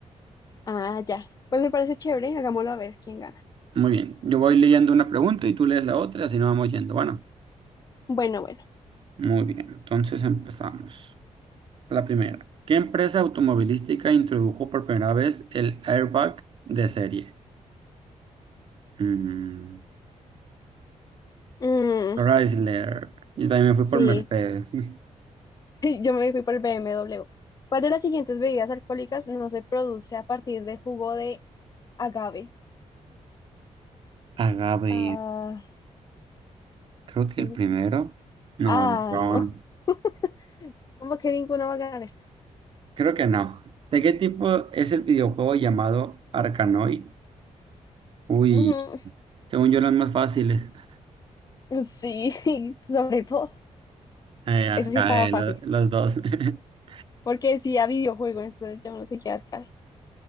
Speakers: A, on the left; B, on the right.
A: Ah, ya. Pues me parece chévere, hagámoslo a ver quién gana.
B: Muy bien, yo voy leyendo una pregunta y tú lees la otra, así nos vamos yendo. Bueno,
A: Bueno, bueno.
B: muy bien, entonces empezamos. La primera, ¿qué empresa automovilística introdujo por primera vez el airbag de serie? Mm,
A: Mm,
B: Chrysler. Yo también me fui
A: sí,
B: por Mercedes. <laughs>
A: <laughs> yo me fui por el BMW. ¿Cuál de las siguientes bebidas alcohólicas no se produce a partir de jugo de agave?
B: Agave,
A: Ah,
B: creo que
A: ¿eso
B: el primero.
A: qué es?
B: No,
A: Ay,
B: el Ron.
A: no. <laughs> Como que ninguno va a ganar esta?
B: Creo que no. ¿De qué tipo es el videojuego llamado Arkanoid? Uy,
A: Ujú,
B: según yo los más fáciles. <laughs>
A: Sí, <laughs> sobre todo.
B: Eh, Arcae,
A: Eso sí estaba fácil,
B: lo- los dos. <laughs>
A: porque decía videojuego, entonces yo no sé qué arcade.